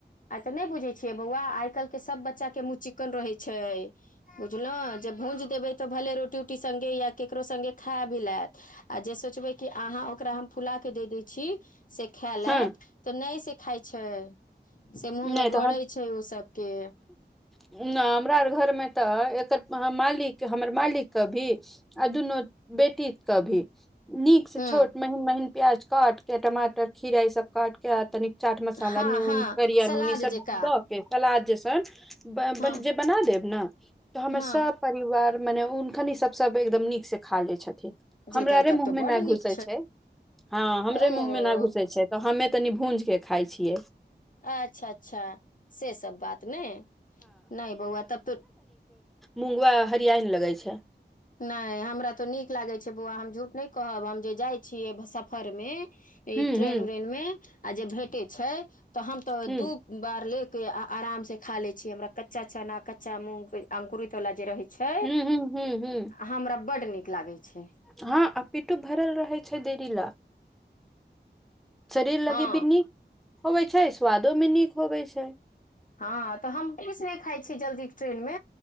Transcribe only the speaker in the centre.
ह
नहि
तऽ
नहि, हमरा आर घरमे तऽ एकर मालिक हमर मालिक। कऽ भी आ दुनू बेटीकऽ भी नीकसँ
छोटमे। महीन प्याज काटि कऽ, टमाटर, खीरा ई सभ काटि कऽ, तनिक चाट मसाला
आ नून।
जरूरी
सभ
क केकरा जेकाँ बनत,
जे बनत से बना देब ने हमर
सभ। परिवारमे हुनका नहि, सभसँ बेसी एकदम नीकसँ खा लै छथिन। हमरे
मुँहमे
नहि घुसे
छै। हँ, हमरे
मुँहमें नहि घुसे छै तऽ हमे तनी भुज खाई छियै
मुंगवा हरियान लगै छै।
हुँ,
हुँ,
हुँ,
हू हू, हूँ
हँ, आ पीठो भरल रहे छै देरी लए। शरीर लगी
भऽ नीक होबे छै, स्वादो भी नीक होबे छै